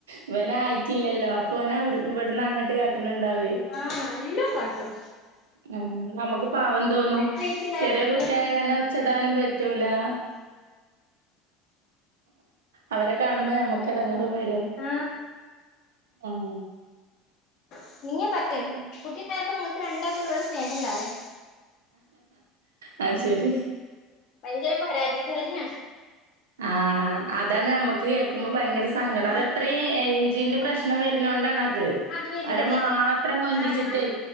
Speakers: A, on the right (about 80°); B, on the left (about 55°).
A: ഇവനായിട്ടില്ലല്ലോ അപ്പൊ ഓനാവട് ഇവട്ന്നങ്ങട്ട് കാട്ട്ണ് ഇണ്ടാവേ
B: ആഹ് നല്ലോം കാട്ടും
A: ഏഹ് ഞമ്മക്ക് പാവം തോന്നും
B: ചേച്ചിണ്ടായ
A: ചെറിയെ
B: കുട്ടിയ
A: കുട്ടിയാകാരണം ച്ചടാനും പറ്റൂലാ അവരെ കാണുമ്പോ ഞമ്മ ക്കെടങ്ങേറും വരും
B: ആഹ്
A: ഉം
B: <unintelligible> കുട്ടിണ്ടായപ്പോ ഇങ്ങക്ക് രണ്ടാക്കും ഇന്നോട് സ്നേഹല്ലാറിം
A: അഹ് ശെരി
B: ഭയങ്കര പരാതിക്കാരിയാ
A: ആഹ് അതാണ് ഞമ്മക്ക് കേക്കുമ്പോ ഭയങ്കര സങ്കടാ അത്
B: ആഹ്
A: ഇത്രീം എയ്ഞ്ചിന്റെ പ്രശ്നം വര്നോണ്ടാണത്.
B: അത് വരുന്നതേ
A: അവരെ മാത്രം കൊഞ്ചിച്ചിട്ടേ
B: ആഹ് ഞാൻ